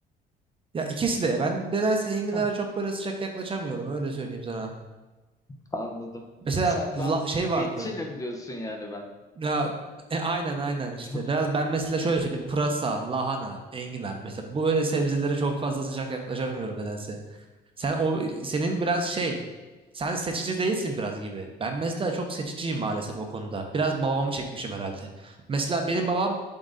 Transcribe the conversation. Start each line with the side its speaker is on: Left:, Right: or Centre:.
Right: Ya ikisi de. Ben nedense enginara
Left: Heh,
Right: çok böyle sıcak yaklaşamıyorum. Öyle söyleyeyim sana.
Left: anladım.
Right: Mesela
Left: Sen
Right: la-
Left: daha
Right: şey vardı.
Left: etçilim diyorsun yani ben.
Right: Ya, e, aynen aynen işte.
Left: <laughs>
Right: Biraz ben mesela şöyle söyleyeyim. Pırasa, lahana, enginar. Mesela bu böyle sebzelere çok fazla sıcak yaklaşamıyorum nedense. Sen o senin biraz şey. Sen seçici değilsin biraz gibi. Ben mesela çok seçiciyim maalesef o konuda. Biraz babamı çekmişim herhalde. Mesela benim babam